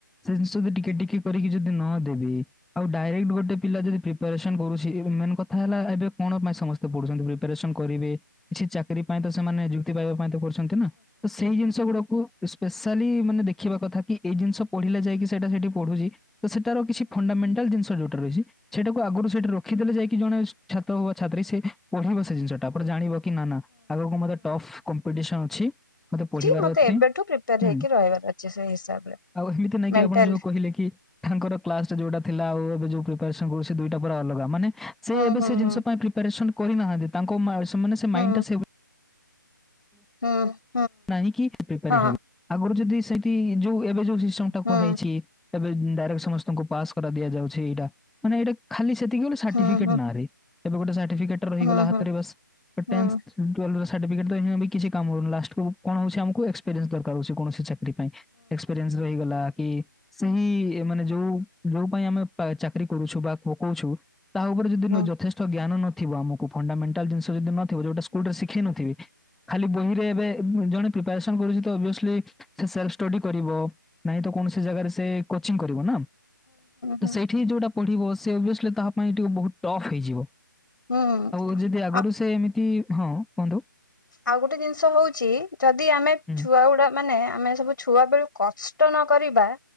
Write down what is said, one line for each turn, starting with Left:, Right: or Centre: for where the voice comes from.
Centre: ସେ ଜିନିଷ ଯଦି ଟିକେ ଟିକେ କରିକି ଯଦି ନ ଦେବେ ଆଉ ଡାଇରେକ୍ଟ ଗୋଟେ ପିଲା ଯଦି ପ୍ରି ପାରେସନ୍ କରୁଚି, ମେନ କଥା ହେଲା ଏବେ କଣ ପାଇଁ ସମସ୍ତେ ପଢୁଚନ୍ତିି ପ୍ରିପାରେସନ କରିବେ କିଛି ଚାକିରି ପାଇଁ ତ ସେମାନେ ନିଯୁକ୍ତି ପାଇବା ପାଇଁ ତ କରୁସନ୍ତି ନା, ତ ସେଇ ଜିନିଷ ଗୁଡାକୁ ସ୍ପେଶାଲି ମାନେ ଦେ ଖିବା କଥା କି ଏଇ ଜିନିଷ ପଢିଲେ ଯାଇକି ସେଟା ସେଠି ପଢୁଚି ତ ସେଟାର କିଛି ଫଣ୍ଡାମେଣ୍ଟାଲ ଜିନିଷ୍ ଷ ଯୋଉଟା ରହିଚି ସେଟାକୁ ଆଗୁରୁ ସେଇଠି ରଖିଦେଲେ ଯାଇକି ଜଣେ ସୁ-ଛାତ ହଉ ବା ଛାତ୍ରୀ ସେ ପଢିବ ସେ ଜିନିଷଟା ପରେ ଜାଣିବ କି ନା ନା <inaudible> ମୋତେ ଟଫ୍ କମ୍ପିଡିସନ ଅଛି ମତେ ପଢ଼ିବାର
Left: ମତେ
Centre: ଅଛି
Left: ଏବେଠୁ ପ୍ରିପେୟାର
Centre: ହୁଁ।
Left: ହେଇକି ରହିବାର ଅଛି ସେଇ ହିସାବରେ।
Centre: ଆଉ ହେମିତି ନାଇଁକି
Left: ମେଣ୍ଟାଲି
Centre: ଆପଣ ଯୋଉ କ ହିଲେ କି ତାଙ୍କର କ୍ଲାସ୍ ରେ ଯୋଉଟା ଥିଲା ଆଉ ଏବେ ଯୋଉ ପ୍ରିପାରେସନ କରୁଚି ସେ ଦୁଇଟା ପୁରା ଅଲଗା ମାନେ ସେ
Left: ହୁଁ
Centre: ଏବେ
Left: ହୁଁ
Centre: ସେ ଜିନିଷ
Left: ହୁଁ
Centre: ପାଇଁ ପ୍ରିପାରେସନ କରିନାହାନ୍ତି, ତାଙ୍କ ମା-ସେମାନେ ସେ
Left: ହୁଁ
Centre: ମାଇଣ୍ଡ ଟା ସେଇଭ
Left: ହଁ।
Centre: ନାହିଁ କି ପ୍ରିପାରେ
Left: ହୁଁ
Centre: ହେବି ଆଗରୁ ଯଦି ସେଇଠି ଯୋଉ ଏବେ ଯୋଉ ସିଷ୍ଟମ ଟା
Left: ହୁଁ
Centre: କୁହା ହେଇଛି ଏବେ ଡାଇରେକ୍ଟ ସମସ୍ତଙ୍କୁ ପାସ୍ କରା ଦିଆଯାଉଛି ଏଇଟା ମାନେ ଏଇଟା ଖାଲି ସେତିକି ବୋଲି ସାର୍ଟିଫିକେଟ
Left: ହୁଁ ହୁଁ ହୁଁ ହୁଁ
Centre: ନାଁରେ ଏବେ ଗୋଟେ ସାର୍ଟିଫିକେଟ ରହିଗଲା
Left: ହୁଁ ହୁଁ ହୁଁ
Centre: ହାତରେ ବାସ୍ ଗୋଟେ
Left: ହୁଁ
Centre: ଟେନ୍ସ
Left: ହୁଁ
Centre: ଟୁଏଲଭର ସାର୍ଟିଫିକେଟ ତ କିଛି କାମକୁ ଲାଷ୍ଟକୁ କଣ ହୋଉଛି ଆମକୁ ଏସ୍କପେରିଏନ୍ସ ଦରକାର ହୋଉଛି କୌଣସି ସେଥିପାଇ ଏକ୍ସପେରିଏନ୍ସ ରହିଗଲା କି ସେଇମାନେ ଯୋଉ ଯୋଉ ପାଇଁ ଆମେ ଚାକିରି କରୁଛୁ ବା ପକଉଛୁ ତା ଉପରେ ଯଦି
Left: ହୁଁ ହୁଁ ହୁଁ ହୁଁ
Centre: ଯଥେଷ୍ଟ ଜ୍ଞାନ ନଥିବ ଆମକୁ ଫଣ୍ଡାମେଟାଲ ଜିନିଷ ଯଦି ନଥିବ ଯ କୋଉଟେ ଶିଖେଇ ନଥିବି ଖାଲି ବହିରେ ଏବେ ଜଣେ ପ୍ରିପାରେସନ୍ କରୁଛି ତ ଓଭିଏସଲି ସେ ସେଲ୍ଫଷ୍ଟଡି କରିବ ନାହିଁ ତ କୌଣସି ଜାଗାରେ ସେ କୋଚିଂ କରିବ ନା ତ
Left: ହୁଁ ହୁଁ
Centre: ସେଇଠି ଯୋଉଟା ପଢିବ ସେ ଓଭିଏସିଲି ତାହା ପାଇଁ ଟିକେ ବୋହୁତ ଟଫ୍ ହେଇଯିବ।
Left: ହୁଁ
Centre: ଆଉ ଯଦି ଆଗରୁ
Left: ହୁଁ
Centre: ସେ ଏମିତି ହଁ କୁହନ୍ତୁ?
Left: ଆଉ ଗୋଟେ ଜିନିଷ ହୋଉଛି ଯଦି ଆମେ
Centre: ହୁଁ,
Left: ଛୁଆଗୁଡା ମାନେ ଆମେ ସବୁ ଛୁଆ ବେଳୁ କଷ୍ଟ ନକରିବା